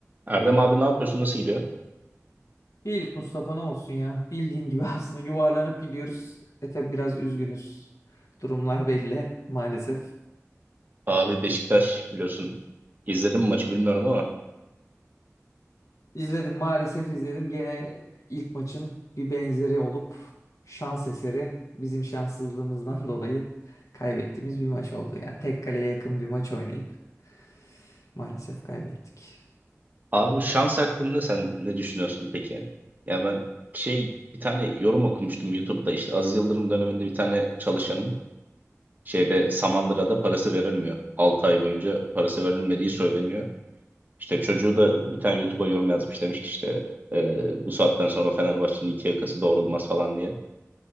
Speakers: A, on the right; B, on the left.
A: Erdem abi ne yapıyorsun? Nasıl gidiyor?
B: İyilik Mustafa ne olsun ya. Bildiğin gibi <laughs> aslında yuvarlanıp gidiyoruz. E tabi biraz üzgünüz. Durumlar belli maalesef.
A: Abi Beşiktaş biliyorsun. İzledim mi maçı bilmiyorum ama.
B: İzledim maalesef izledim. Gene ilk maçın bir benzeri olup şans eseri bizim şanssızlığımızdan <laughs> dolayı kaybettiğimiz bir maç oldu. Yani tek kaleye yakın bir maç oynayıp maalesef kaybettik.
A: Abi bu şans hakkında sen ne düşünüyorsun peki? Ya ben şey bir tane yorum okumuştum YouTube'da işte Aziz Yıldırım döneminde bir tane çalışanın şeyde Samandıra'da parası verilmiyor. 6 ay boyunca parası verilmediği söyleniyor. İşte çocuğu da bir tane YouTube'a yorum yazmış demiş ki işte e, bu saatten sonra Fenerbahçe'nin iki yakası doğrulmaz falan diye.